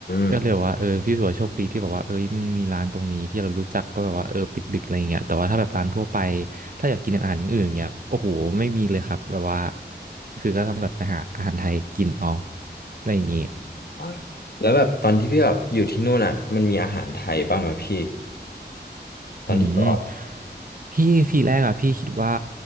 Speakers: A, on the left (about 60°); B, on the right (about 50°).
A: ม
B: ก็เลยแบบว่าเออพี่สุวาโชคดีที่แบบว่าเอ้ยมึงมีร้านตรงนี้ที่เรารู้จักก็แบบว่าเออปิดดึกอะไรเงี้ยแต่ว่าถ้าแบบร้านทั่วไปถ้าอยากกินอาหารอย่างอื่นเงี้ยโอ้โหไม่มีเลยครับแบบว่าคือก็ต้องแบบไปหาอาหารไทยกินเอาอะไรอย่างงี้
A: อ๋อแล้วแบบตอนที่พี่แบบอยู่ที่นู่นอ่ะมันมีอาหารไทยบ้างไหมพี่ตอนที่ไปออส
B: อืมพี่ทีแรกอะพี่คิดว่า